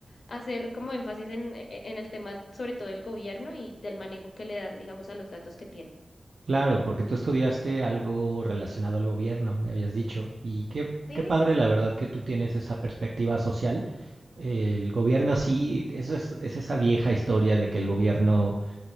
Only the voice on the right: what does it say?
claro, porque tú estudiaste algo relacionado al gobierno, me habías dicho. Y qué,
qué padre,
la verdad, que tú tienes esa perspectiva social. El gobierno sí, eso es, es esa vieja historia de que el gobierno,